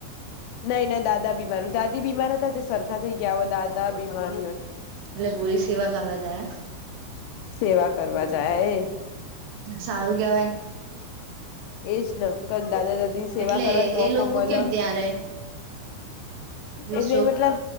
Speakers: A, on the left (about 80°); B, on the right (about 70°).
A: નહી ના દાદા બીમાર દાદી બીમાર હતા તે સરખા થઈ ગયા હો દાદા બીમાર એ
B: એટલે ગોરી સેવા કરવા જાય એમ.
A: સેવા કરવા જાય એ
B: સારું કેવાયન
A: એજ ન ક દાદા દાદી. સેવા
B: એટલે
A: કરવાનો મોકો
B: એ લોકો
A: મલ
B: કેમ ત્યાં રે રિસોર્ટ
A: એટલે એટલા.